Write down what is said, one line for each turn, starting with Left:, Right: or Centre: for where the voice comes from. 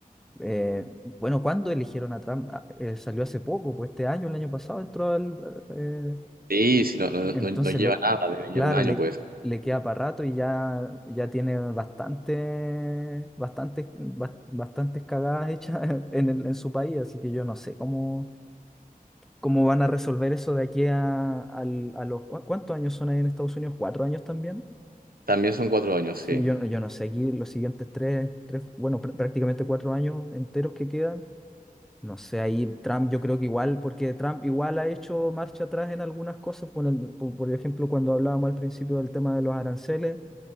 Centre: eh, bueno, ¿cuándo eligieron a Trump? Ah, eh, salió hace poco, pues este año, el año pasado entró al, eh,
Right: Sí, sí, no, no,
Centre: entonces,
Right: no- no lleva
Centre: le,
Right: nada, debe llevar
Centre: claro,
Right: un año,
Centre: le,
Right: pues.
Centre: le queda para rato y ya, ya tiene bastante, bastantes bas- bastantes cagadas hechas <laughs> en el- en su país, así que yo no sé cómo, cómo van a resolver eso de aquí a, al- a los... ¿cu- ¿Cuántos años son ahí en Estados Unidos? ¿Cuatro años también?
Right: También son cuatro años,
Centre: Sí,
Right: sí.
Centre: yo, yo no sé, aquí los siguientes tres, tres, bueno, pr- prácticamente cuatro años enteros que quedan. No sé, ahí Trump yo creo que igual, porque Trump igual ha hecho marcha atrás en algunas cosas, por, el- por por ejemplo, cuando hablábamos al principio del tema de los aranceles,